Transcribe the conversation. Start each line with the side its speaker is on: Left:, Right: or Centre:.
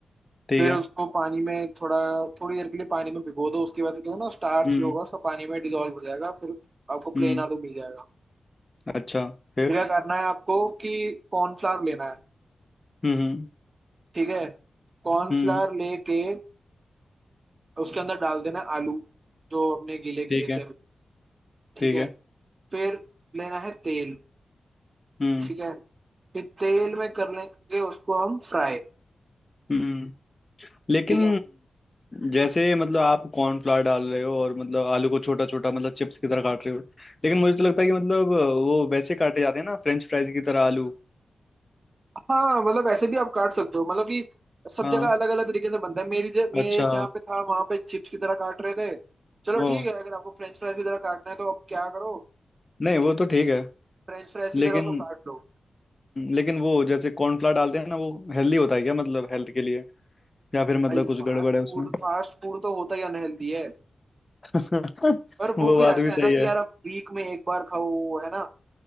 Left: ठीक
Right: फिर
Left: है
Right: उसको पानी में थोड़ा थोड़ी देर के लिए पानी में भिगो दो उसके बाद क्या होगा ना स्टार्च
Left: हम्म
Right: जो होगा उसका पानी में डिजोल्व हो जाएगा फिर आपको
Left: हम्म
Right: प्लेन आलू मिल जाएगा
Left: अच्छा फिर
Right: फिर क्या करना है आपको कि कॉर्नफ्लावर लेना है
Left: हम्म हम्म
Right: ठीक है कॉर्नफ्लावर
Left: हम्म,
Right: लेके उसके अंदर डाल देना है आलू जो अपने गीले
Left: ठीक
Right: किए
Left: है
Right: थे ठीक
Left: ठीक
Right: है
Left: है
Right: फिर लेना है तेल
Left: हम्म
Right: ठीक है फिर तेल में कर लेंगे उसको हम फ्राई
Left: हम्म लेकिन
Right: ठीक है
Left: जैसे मतलब आप कॉर्नफ्लावर डाल रहे हो और मतलब आलू को छोटा छोटा मतलब चिप्स की तरह काट रहे हो लेकिन मुझे तो लगता है कि मतलब वो वैसे काटे जाते हैं ना फ्रेंच फ्राइज की तरह आलू
Right: हाँ मतलब ऐसे भी आप काट सकते हो मतलब कि सब
Left: हाँ
Right: जगह अलग अलग तरीके से बनता है मेरी ज, मैं
Left: अच्छा
Right: जहाँ पे था वहां पे चिप्स की तरह काट रहे थे चलो
Left: ओ
Right: ठीक है अगर आपको फ्रेंच फ्राइज की तरह काटना है तो अब क्या करो
Left: नहीं वो
Right: कि
Left: तो ठीक है
Right: फ्रेंच फ्राइज की
Left: लेकिन
Right: तरह उसको काट लो
Left: लेकिन वो जैसे कॉर्नफ्लावर डालते हैं ना वो हेल्दी होता है क्या मतलब हेल्थ के लिए या फिर मतलब
Right: भाई
Left: कुछ
Right: फास्ट
Left: गड़बड़ है उसमें
Right: फूड फास्ट फूड तो होता ही अनहेल्दी है
Left: <laughs>
Right: पर
Left: वो
Right: वो फिर
Left: बात
Right: ऐसा
Left: भी सही
Right: है ना कि
Left: है
Right: यार आप वीक में एक बार खाओ है ना